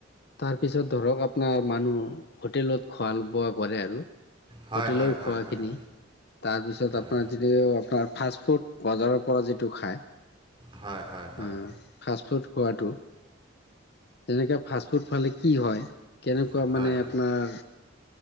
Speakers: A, on the left; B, on the right.
A: তাৰপিছত ধৰক আপোনাৰ মানুহ হোটেলত খোৱা বোৱা কৰে আৰু।
B: হয়
A: হোটেলৰ
B: হয় হয়
A: খোৱাখিনি,
B: হয়
A: তাৰ পিছত
B: হয়
A: আপোনাৰ যি আপোনাৰ ফাষ্ট ফুড বজাৰৰ পৰা যিটো খায়।
B: হয় হয়
A: হা
B: হয়
A: ফাষ্ট ফুড খোৱাতটো এনেকে ফা স্ত ফুদ খালে কি হয় কেনেকুৱা
B: হয়
A: মানে আপোনাৰ,